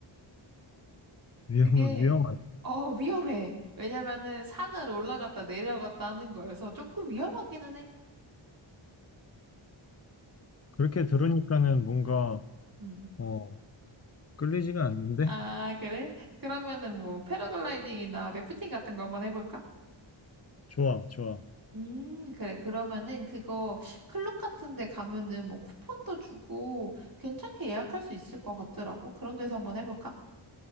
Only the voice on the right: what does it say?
그게,
어, 위험해. 왜냐면은 산을 올라갔다 내려갔다 하는 거여서 조금 위험하기는 해.
음.
아,
그래? 그러면은 뭐 패러글라이딩이나 래프팅 같은 거 한번 해볼까?
음, 그래. 그러면은 그거 클럽 같은 데 가면은 뭐 쿠폰도 주고 괜찮게 예약할 수 있을 것 같더라고. 그런 데서 한번 해볼까?